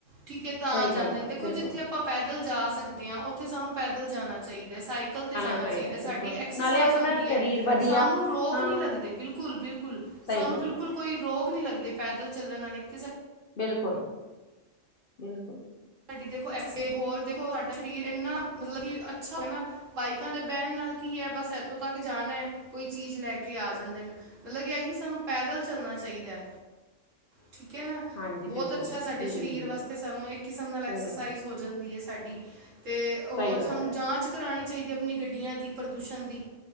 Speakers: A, on the right (about 75°); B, on the left (about 50°).
A: ਠੀਕ ਐ ਤਾਂ
B: ਸਹੀ ਗੱਲ
A: ਜਾਂਦੇ
B: ਹੈ
A: ਨੇ, ਦੇਖੋ
B: ਬਿਲਕੁਲ
A: ਜਿੱਥੇ ਆਪਾਂ ਪੈਦਲ ਜਾ ਸਕਦੇ ਆ ਉਥੇ ਸਾਨੂੰ ਪੈਦਲ ਜਾਣਾ। ਚਾਈਦਾ ਸਾਈਕਲ ਤੇ ਜਾਣਾ
B: ਚਾਹੀਦਾ
A: ਚਾਈਦਾ
B: ਹੈ,
A: ਸਾਡੀ
B: ਬਿਲਕੁਲ
A: ਐਕਸਰਸਾਈਜ਼
B: ਨਾਲੇ ਆਪਣਾ
A: ਹੁੰਦੀ
B: ਸਰੀਰ
A: ਐ
B: ਵਧੀਆ
A: ਸਾਨੂੰ ਰੋਗ
B: ਹਾਂ
A: ਨੀ ਲੱਗਦੇ ਬਿਲਕੁਲ ਬਿਲ ਕੁਲ
B: ਸਹੀ
A: ਸਾਨੂੰ
B: ਗੱਲ
A: ਬਿਲਕੁਲ
B: ਹੈ
A: ਕੋਈ ਰੋਗ ਨੀ ਲੱਗਦੇ ਪੈਦਲ ਚੱਲਣ ਵਾਲੇ ਕਿਸੇ
B: ਬਿਲਕੁਲ ਬਿਲਕੁਲ
A: ਸਾਡੀ ਦੇਖੋ ਐਸਸੇ ਹੋਰ ਦੇਖੋ ਸਾਡਾ ਸਰੀਰ ਇਨਾ ਮਤਲਬ ਕਿ ਅਛਾ <inaudible> ਬਾਈਕਾਂ ਤੇ ਬੈਣ ਨਾਲ ਕੀ ਐ ਬਸ ਇੱਥੋਂ ਤੱਕ ਜਾਣਾ ਐ ਕੋਈ ਚੀਜ ਲੈ ਕੇ ਆ ਜਾਂਦੇ ਨੇ ਮਤਲਬ ਕਿ ਇਹੀ ਸਾਨੂੰ ਪੈਦਲ ਚੱਲਣਾ ਚਾਈਦਾ ਐ
B: <inaudible>
A: ਠੀਕ ਐ ਨਾ
B: ਹਾਂਜੀ
A: ਬਹੁਤ
B: ਬਿਲਕੁਲ
A: ਅਛਾ ਸਾਡੇ
B: ਜ਼ਰੂਰੀ
A: ਸਰੀਰ ਵਾਸਤੇ
B: ਹੈ
A: ਸਾਨੂੰ ਇਕ ਕਿਸਮ ਨਾਲ ਐਕਸਰਸਾਈਜ਼।
B: ਸਹੀ ਹੈ
A: ਹੋ ਜਂਦੀ ਏ ਸਾਡੀ, ਤੇ ਹੋਰ
B: ਸਹੀ ਗੱਲ
A: ਸਾਨੂੰ
B: ਹੈ
A: ਜਾਂਚ ਕਰਾਣੀ ਚਾਈਦੀ ਏ ਅਪਨੀ ਗੱਡੀਆਂ ਦੀ, ਪ੍ਰਦੂਸ਼ਣ ਦੀ।